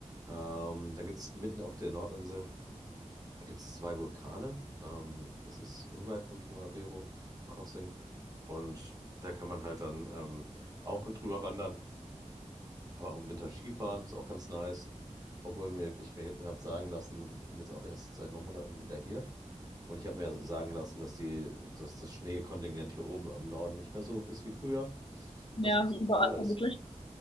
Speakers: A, on the right; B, on the left.
A: Ähm, dann gibt es mitten auf der Nordinsel gibt's zwei Vulkane. Ähm, das ist unweit vom Tongariro Crossing. Und da kann man halt dann ähm, auch drüber wandern. Kann man auch im Winter Skifahren, ist auch ganz nice. Obwohl mir, ich mir habe sagen lassen, also ich bin jetzt auch erst seit neun Monaten wieder hier. Und ich habe mir sagen lassen, dass die, dass das Schneekontingent hier oben am Norden nicht mehr so ist wie früher,
B: ja,
A: was ein bisschen
B: wie überall
A: schade
B: vermutlich.
A: ist.